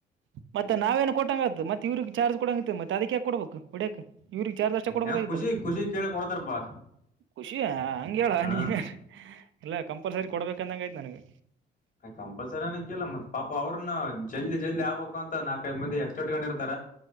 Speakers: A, on the right (about 75°); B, on the left (about 45°).
A: ಮತ್ತೆ ನಾವೇಏನ್ ಕೊಟ್ಟಂಗರದ ಮತ್ತತ್ ಇವ್ರಿಗೆ ಚಾರ್ಜ್ ಕೊಡಂಗ ಇತಿ ಮತ್ತೆ ಅದಕ್ಕೆ ಹಾಕ್ ಕೊಡ್ಬೇಕು ಹೊಡಕ್ ಇವ್ರಿಗೆ ಚಾರ್ ದಷ್ಟ ಕೊಡ್ಬೋದಾಗಿತ್ತಲ್ಲ
B: ಏನ್ ಖುಷಿ ಖುಷಿ ಕೇಳಿ ಕೊಡ್ತಾರಪಾ
A: ಖುಷಿಯ ಹಂಗ ಹೇಳ
B: ಹ್ಮ
A: ನೀನ್ ಎಲ್ಲ ಕಂಪಲ್ಸರಿ ಕೊಡ್ಬೇಕಂದಂಗ ಆಯ್ತು ನನಗೆ
B: ಕಂಪಲ್ಸರಿನ ಕೇಳಲ್ಲ ಮತ್ ಪಾಪ ಅವ್ರನು ಜಲ್ದಿ ಜಲ್ದಿ ಆಗ್ಬೇಕು ಅಂತ ನಾಲ್ಕೈದು ಮಂದಿ ಎಕ್ಸ್ಟ ಇಟ್ಕೊಂಡುಿರ್ತಾ